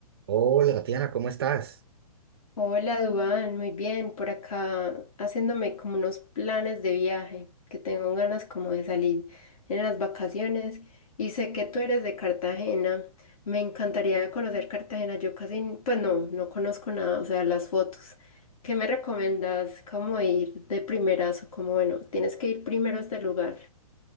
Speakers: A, on the right (about 40°); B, on the left (about 65°).
A: Hola, Tatiana, ¿cómo estás?
B: Hola, Duván, muy bien. Por acá haciéndome como unos planes de viaje, que tengo ganas como de salir en las vacaciones. Y sé que tú eres de Cartagena. Me encantaría conocer Cartagena. Yo casi, n- pues no, no conozco nada, o sea, las fotos. ¿Qué me recomiendas? ¿Cómo ir de primeras o cómo, bueno, tienes que ir primero a este lugar?